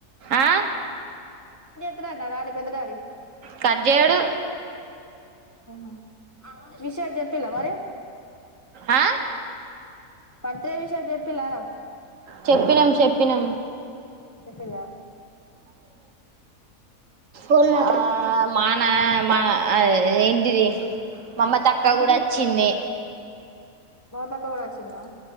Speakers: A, on the right; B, on the left.
A: ఆ
B: ఇక్ రారా రాడిబ్ పెదడాడి
A: కడ్జేడు
B: ఆహ ఆ విషెస్ చెప్పిల్ల మరి
A: ఆ
B: పత్రే విషెస్ చెప్పిల్లారా
A: చెప్పినాం చెప్పినాం
B: చెప్పిల్ల
A: ఉ ఆ మాన మా ఇంటిది మమతక్క
B: ఏంటిది
A: కూడ వచ్చింది.
B: మమతక్క కూడా వచ్చిందా